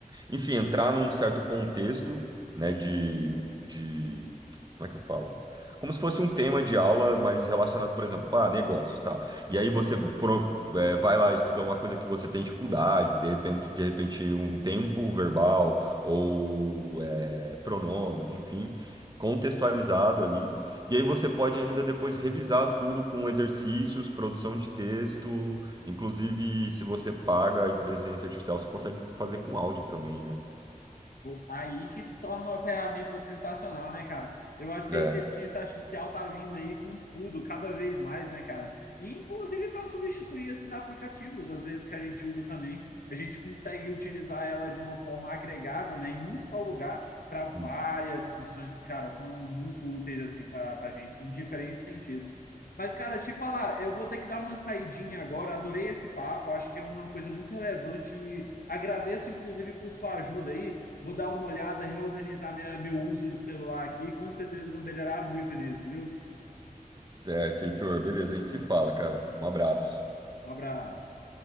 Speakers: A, on the right; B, on the left.
A: enfim, entrar num certo contexto, né, de, de, como é que eu falo? Como se fosse um tema de aula, mas relacionado, por exemplo, a negócios, tal. E aí você pro- é, vai lá estudar uma coisa que você tem dificuldade, de repente, de repente um tempo verbal ou é, pronomes, enfim, contextualizado ali. E aí você pode ainda depois revisar tudo com exercícios, produção de texto, Inclusive, se você paga a inteligência artificial, você consegue fazer com áudio também, né?
B: Pô, tá Aí que se torna uma ferramenta sensacional, né, cara? Eu acho que
A: É.
B: a inteligência artificial tá vindo aí com tudo, cada vez mais, né, cara? E inclusive para substituir esses aplicativos, às vezes que a gente usa também, a gente consegue utilizar ela de uma forma agregada, né, em um só lugar para várias
A: Sim.
B: funções que, cara, são muito úteis assim para a gente em diferentes sentidos. Mas, cara, te falar, eu vou ter que dar uma saidinha agora. Adorei esse papo, acho que é uma coisa muito relevante e agradeço, inclusive, por sua ajuda aí vou dar uma olhada, reorganizar minha, meu uso do celular aqui, com certeza vou melhorar muito nisso, viu?
A: Certo, Heitor. Beleza, a gente se fala, cara. Um abraço.
B: Um abraço.